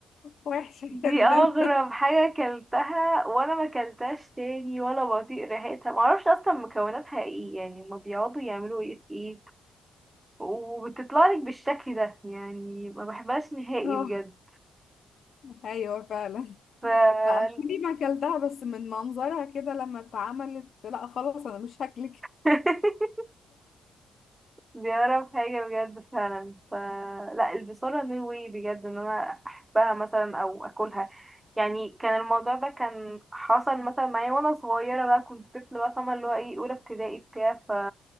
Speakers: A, on the left; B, on the right.
A: وحشة
B: دي
A: جدا
B: اغرب حاجة اكلتها وانا ما اكلتهاش تاني ولا بطيق ريحتها معرفش اصلا مكوناتها ايه يعني هما بيقعدوا يعملوا ايه في ايه وبتطلع لك بالشكل ده يعني ما بحبهاش نهائي
A: اه
B: بجد
A: ايوه فعلا
B: ف
A: لا انا دي ما اكلتها بس من منظرها كده لما اتعملت لا خلاص انا مش هاكلك
B: <laughs> دي اغرب حاجة بجد فعلا ف لا البصارة نو واي بجد ان انا احبها مثلا او اكلها يعني كان الموضوع ده كان حصل مثلا معايا وانا صغيرة بقى كنت طفلة بقى فاهمة اللي هو ايه اولى ابتدائي بتاع ف